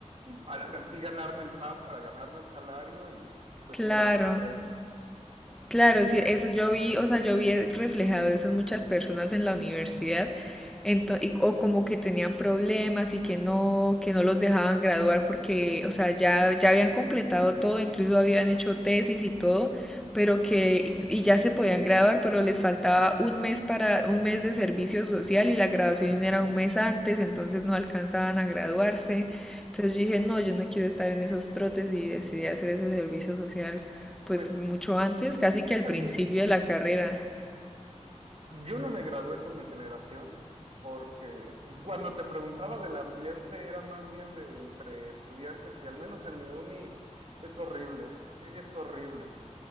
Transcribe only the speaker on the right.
para gan- sí ganarme el pan, para ganarme el salario y pues
sí era un estrés.
Pues
fíjate,
ujú,
yo no me gradué con mi generación, porque cuando te preguntaba del ambiente era más bien de entre estudiantes y al menos en mi uni es horrible, es horrible.